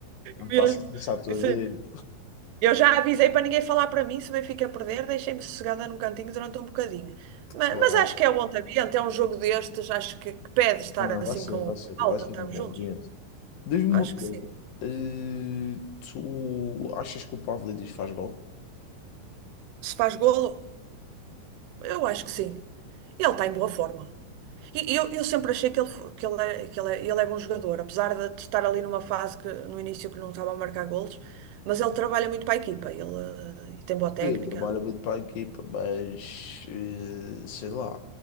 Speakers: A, on the left; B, on the right.
A: não
B: mesmo.
A: faças isso à tua
B: Isso
A: vida.
B: é- Eu já avisei para ninguém falar para mim, se o Benfica perder, deixei-me sossegada num cantinho durante um bocadinho. Ma-
A: Claro.
B: Mas, acho que é um ambiente, é um jogo destes, acho que, que pede estar
A: Não, não, vai
B: assim
A: ser,
B: com
A: vai
B: a
A: ser, vai
B: malta,
A: ser
B: estamos
A: um bom
B: juntos.
A: ambiente. Diz-me
B: Acho
A: uma coisa,
B: que sim.
A: eh, tu achas que o Pavlidis faz gol?
B: Se faz golo, eu acho que sim. Ele está em boa forma. E eu, eu sempre achei que ele, fo- que ele, é, que ele, é, ele é bom jogador, apesar de estar ali numa fase que no início que não estava a marcar golos, mas ele trabalha muito para a equipa, ele, eh, e tem boa técnica.
A: Ele trabalha muito para a equipa, mas eh, sei lá,